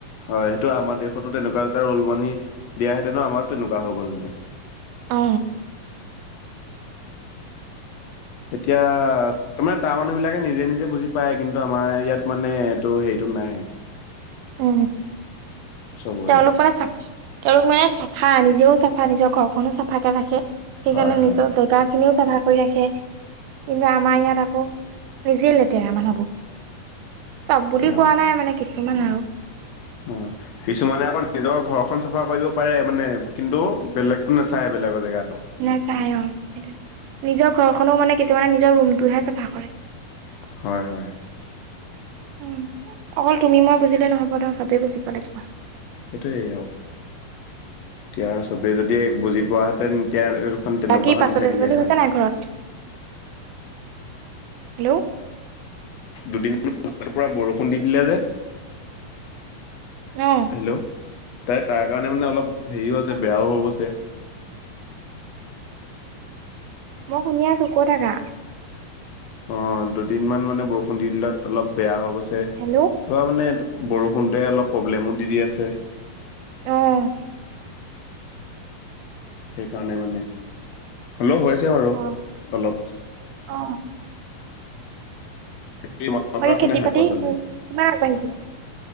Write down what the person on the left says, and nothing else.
হয় সেইটো আমাৰ দেশতো তেনেকুৱা এটা ৰুল মানি দিয়াহেতেনো আমাৰো তেনেকুৱা হৈ গলহেতেন
এতিয়া তাৰমানে তাৰ মানুহ বিলাকে নিজে নিজে বুজি পায় কিন্তু আমাৰ ইয়াত মানে ত' সেইটো নাই
চবৰে
হয়
হয়
অ
অ কিছুমানে আকৌ নিজৰ ঘৰখন চাফা কৰিব পাৰে মানে কিন্তু বেলেগতো নাচায় বেলেগৰ জেগাত
হয় হয়
সেইটোৱেই আৰু এতিয়া সবেই যদি বুজি পোৱাহেঁতেন এতিয়া এইখন তেনেকুৱা
হৈ
নাথাকিলে
হয়
দুদিনৰ পৰা বৰষুণ দি দিলে যে
হেল্ল' তাই তাৰ কাৰণে মানে অলপ হেৰিও আছে
বেয়াও
হৈ গৈছে
অ দুদিন মান মানে বৰষুণ দি দিলত অলপ বেয়া হৈ গৈছে তাৰপৰা
মানে বৰষুণতে অলপ প্ৰব্লেমো দি দি আছে
সেইকাৰণে মানে অলপ হৈছে বাৰু
অলপ
তোমালোকৰ
আছেনে
নাই শাক
পাচলি